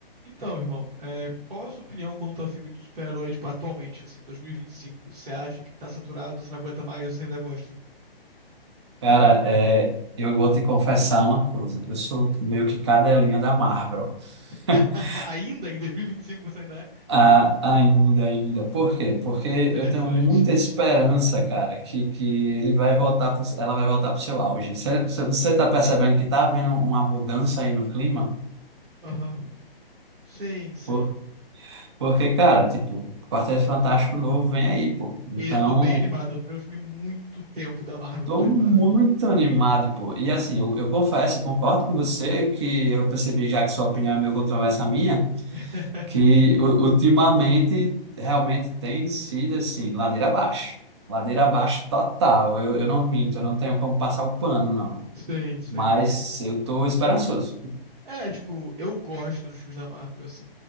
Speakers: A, on the right; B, on the right.
A: Então, irmão, é, qual a sua opinião quanto a filme de super-herói, tipo, atualmente, assim, 2025? Você acha que tá saturado, você não aguenta mais, ou você ainda gosta?
B: Cara, é, eu vou te confessar uma coisa. Eu sou meio que cadelinha da Marvel.
A: <laughs>
B: <laughs>
A: Ainda em 2025 você ainda é?
B: Ah, ainda, ainda. Por quê? Porque
A: Interessante.
B: eu tenho muita esperança, cara, que, que ele vai voltar pro- ela vai voltar para o seu auge. Você você tá percebendo que tá havendo uma mudança aí no clima?
A: Aham. Sim, sim.
B: Por- porque, cara, tipo, Quarteto Fantástico novo vem aí, pô. Então,
A: Ele eu tô bem animado. É o primeiro filme em muito tempo da Marvel
B: tô
A: que eu tô animado.
B: muito animado, pô. E assim, eu, eu confesso, eu concordo com você que eu percebi já que sua opinião é meio controversa à minha.
A: <laughs>
B: que u- ultimamente realmente tem sido assim, ladeira abaixo. Ladeira abaixo total. Eu, eu não minto, eu não tenho como passar o pano, não.
A: Sim, sim.
B: Mas eu tô esperançoso.
A: É, tipo, eu gosto dos filmes da Marvel, assim.